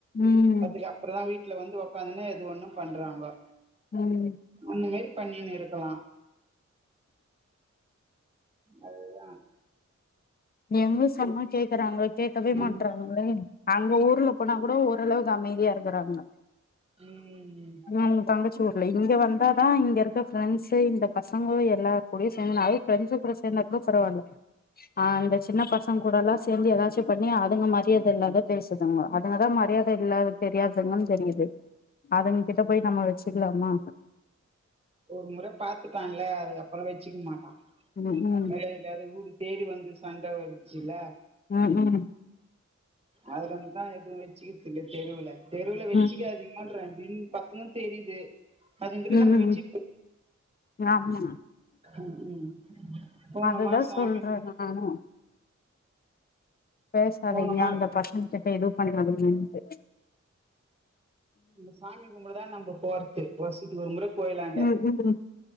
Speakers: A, on the left (about 35°); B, on the right (about 20°).
A: ம்
B: அப்டி அப்றோ வீ ட்ல வந்து ஒக்காந்துனே எது ஒன்னு பண்றாங்கோ
A: ம்
B: அந்த மாரி பண்ணின் இருக் க்கலா அதுதா
A: எங்க சொன்னா கேக்குறாங்க கேக்கவே
B: ம்
A: மாட்டறாங்களே அங்க ஊர்ல போனா கூட ஓரளவுக்கு அமைதியா இருக்கறாங்க
B: ம்
A: ம் உ தங்கச்சி ஊர்ல இங்க வந்தாதா இங்கருக் க ஃப்ரெண்ட்ஸ் இந்த பசங்களூ எல்லா கூட சேந்து நைட் ஃப்ரெண்ட்ஸுங்கூட சேந்தா கூட பரவால்ல ஆ இந்த சின்ன பசங்க கூடெல்லா சேந்து ஏதாச்சு பண்ணி அதுங்க மரியாத இல்லாத பேசுதுங்க அதுங்கதா மரியாத இல்லாத தெரியாதவ்ங்க தெரியுது அதுங்கிட்ட போய் நம்ம வச்சுக்லாமா
B: ஒரு முற பாத்துட்டான்ல அதுக்கப்றோ வச்சுக்க மாட்டா
A: ம் ம்
B: மரியாத இல்லாத ஊருக் தேடி வந்து சண்ட வருச்சுல
A: ம் ஹும்
B: அதிலேருந்துதா எதுவூ வெச்சுக்கிற்தில்ல தெருவுல தெருவுல வெச்சுகாதிங்கன்ட்ற
A: ம்
B: பின் பசுங்க தெரிது அதுங்கிட்ட
A: ம்
B: நம்ம
A: ம்
B: வச்சு
A: ஆமா
B: ம் ம் போனமா
A: அதுதா
B: சாமி
A: சொல்ற நானும் பேசாதிங்கா
B: போனமா
A: அந்த பசங்க கிட்ட எது பண்றதுனுட்டு
B: நம்ம சாமி கும்பிடதா நம்ப போத்த வசி ஒருமுறை கோயிலாண்ட
A: ம் ம்